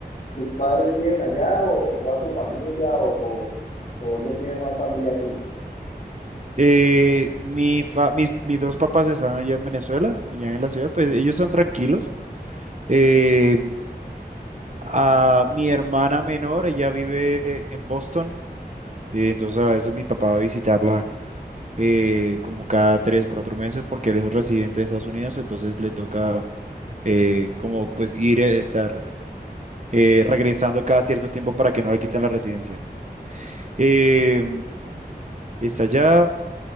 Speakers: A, on the left (about 50°); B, on the right (about 45°).
A: tus padres viven allá o, o toda tu familia o, o, o dónde tienes más familia tú?
B: Eh, mi fa- mis, mis dos papás están allá en Venezuela, allá en la ciudad, pues ellos están tranquilos. Eh, a mi hermana menor, ella vive en Boston, eh, entonces a veces mi papá va a visitarla eh, como cada tres, cuatro meses, porque él es residente de Estados Unidos, entonces le toca eh, como pues ir, eh, estar eh, regresando cada cierto tiempo para que no le quiten la residencia. Eh, está allá,